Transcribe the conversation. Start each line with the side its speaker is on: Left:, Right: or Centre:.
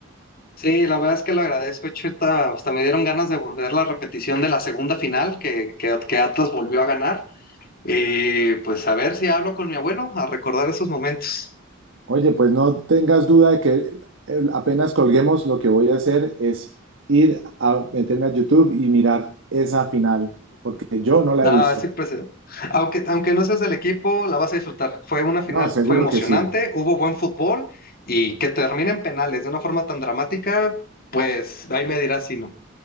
Left: Sí, la verdad es que lo agradezco, Chuta. Hasta me dieron ganas de volver la repetición de la segunda final que, que, que Atlas volvió a ganar. Y pues a ver si hablo con mi abuelo a recordar esos momentos.
Right: Oye, pues no tengas duda de que eh, apenas colguemos, lo que voy a hacer es ir a meterme a YouTube y mirar esa final, porque yo no la
Left: Ah,
Right: he visto.
Left: siempre se- Aunque, aunque no seas el equipo, la vas a disfrutar. Fue una final,
Right: No, seguro
Left: fue emocionante,
Right: que sí.
Left: hubo buen fútbol y que termine en penales de una forma tan dramática, pues ahí me dirás si no.